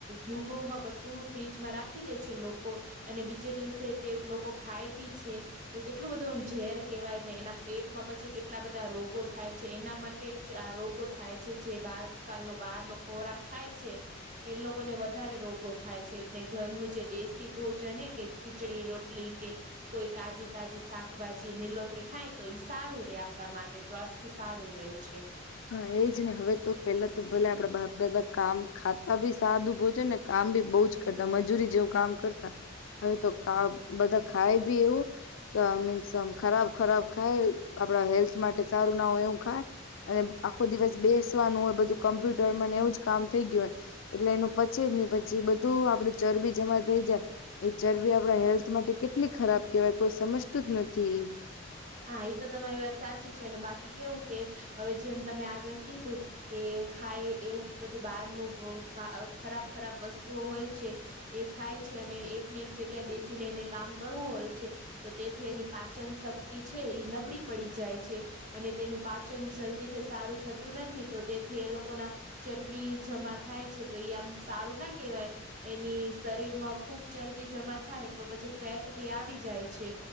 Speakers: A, on the right (about 40°); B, on the left (about 80°).
A: યુગોમાં બ ઘુ ફ્રીજમાં રાખી દે છે લોકો અને બીજે દિવસે તે લોકો ખાય બી છે. તો કેટલું બધું આમ ઝેર કેવાય ને એના પેટમાં પછી કેટલા બધા રોગો થાય છે એનામાં આ રોગો થાય છે જે આજકાલનો બહાર નો ખોરાક ખાય છે એ લોકો ને વધારે રોગો થાય છે ને ઘરનું જે દેશી ભોજન કે ખીચડી રોટલી કે કોઈ તાજી તાજી શાકભાજી નીલોતરી ખાય તો ઈ સારું રે આપ પણા માટે સ્વાસ્થ સારું રહે છે.
B: હા એજ ને હવે તો પેલા તો ભલે આપડા બાપ દાદા કામ ખાતા ભી સાદું ભોજન છે ને કામ બી બહુ જ કરતા મજૂરી જેવું કામ કરતા હવે તો ક બધા ખાય બી એવું અ મીન્સ ખરાબ ખરાબ ખાય આપણા હેલ્થ માટે સારું ના હોય એવું ખાય અને આખો દિવસ બેસવાનું હોય બધું કમ્પ્યુટર ને એવું જ કામ થઈ ગયું હોય. એટલે એનું પચે જ ની પછી બધું આપડે ચરબી જમા થઈ જાય. એ ચરબી આપડા હેલ્થ માટે કેટલી ખરાબ કેવાય કોઈ સમજતું જ નથી.
A: હા એ તો તમારી વાત સાચી છે અને બાકી કેવું કે હવે જેમ તમે આગળ કીધું કે ખાય એવું બધું બહારનું ખરાબ ખરાબ વસ્તુ હોય છે. એ ખાય છે અને એકને એક જગ્યા બેસીને એને કામ કરવું હોય છે. તો તેથી એની પાચન શ ક્તિ છે એ નબળી પડી જાય છે અને તેનું પાચન જલ્દીથી સારું થતું નથી તો તે થી એ લોકો ના ચરબી જમા થાય છે તો એ આમ સારું ના કેહેવાય. એની શરીર માં ખુબ ચરબી જમા થાય તો પછી ફેટ બી આવી જાય છે.